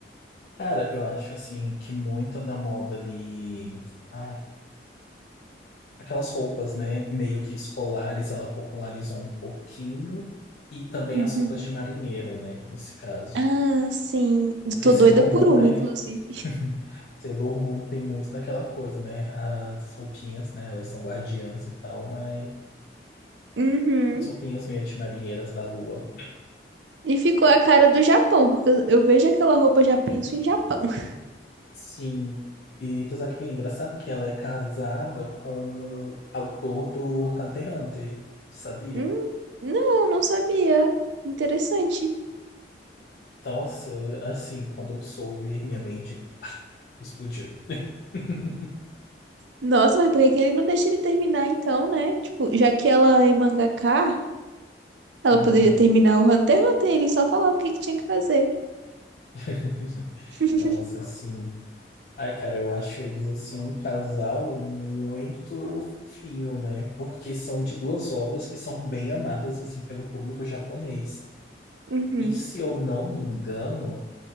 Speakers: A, on the left (about 55°); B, on the right (about 80°).
A: Cara, eu acho assim que muita da moda ali Ai, Aquelas roupas, né, meio que escolares, ela popularizou um pouquinho, e também
B: Uhum.
A: as roupas de marinheiro, né, nesse caso.
B: Ah, sim. Eu
A: Porque
B: Tô
A: Sailor
B: doida por
A: Moon,
B: uma,
A: né,
B: inclusive.
A: <laughs> Sailor Moon tem muito daquela coisa, né, as roupinhas, né, elas são guardiãs e tal, mas
B: Uhum.
A: as roupinhas meio de marinheiras da lua.
B: E ficou a cara do Japão, porque eu eu vejo aquela roupa, já penso em Japão. <laughs>
A: Sim, e tu sabe que é engraçado que ela é casada com o autor do Hunter x Hunter, sabia?
B: Hum, Não, não sabia. Interessante.
A: Nossa, assim, quando eu soube, minha mente explodiu. <laughs>
B: Nossa, mas por que que ele não deixa ele terminar então, né? Tipo, já que ela é mangaka, ela
A: Uhum.
B: poderia terminar o Hunter x Hunter, ele só falava o que que tinha que fazer.
A: <laughs>
B: <laughs>
A: Nossa, assim. Ai, cara, eu acho eles assim um casal muito fofinho, né? Porque são de duas obras que são bem amadas assim pelo público japonês.
B: Uhum.
A: E se eu não me engano,